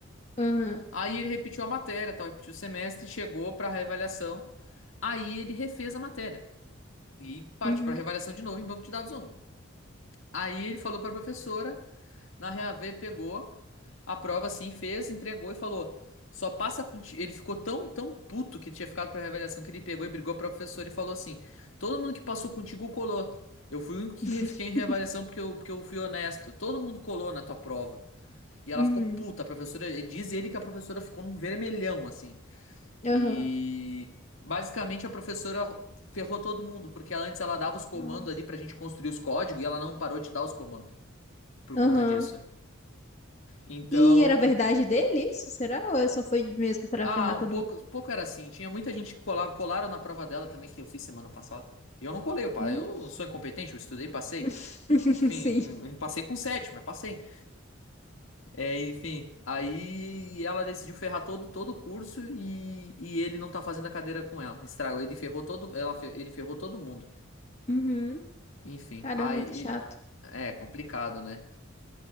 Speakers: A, on the left (about 30°); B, on the left (about 70°).
A: Uhum,
B: Aí ele repetiu a matéria, tal, repetiu o semestre, chegou para reavaliação. Aí ele refez a matéria e partiu
A: uhum,
B: para reavaliação de novo em banco de dados um. Aí ele falou para a professora na Reavê pegou a prova assim, fez, entregou e falou: "Só passa com ti-" ele ficou tão tão puto que tinha ficado pra reavaliação que ele pegou e brigou com o professor e falou assim: "Todo mundo que passou contigo colou. Eu fui o único que
A: <laughs>
B: re- fiquei em reavaliação porque eu, porque eu fui honesto. Todo mundo colou na tua prova." E ela
A: uhum,
B: ficou puta, a professora, ele diz ele que a professora ficou num vermelhão assim.
A: aham.
B: E basicamente a professora ferrou todo mundo, porque ela antes ela dava os comandos
A: Nossa.
B: ali pra gente construir os códigos e ela não parou de dar os comandos por
A: Aham.
B: conta disso. Então,
A: E era verdade dele isso, será? Ou é só foi mesmo pra
B: ah,
A: ferrar
B: um
A: todo
B: pouco,
A: mundo?
B: pouco era assim. Tinha muita gente que colava, colaram na prova dela também que eu fiz semana passada. E eu não colei, eu, pa-
A: Vixe.
B: eu não sou incompetente, eu estudei, passei.
A: <laughs>
B: Enfim,
A: Sim.
B: eu passei com sete, mas passei. É, enfim, aí ela decidiu ferrar todo, todo o curso e, e ele não tá fazendo a cadeira com ela. Estragou, ele ferrou todo, ela, fe- ele ferrou todo mundo.
A: Uhum.
B: Enfim,
A: Caramba,
B: aí
A: que chato.
B: é complicado, né?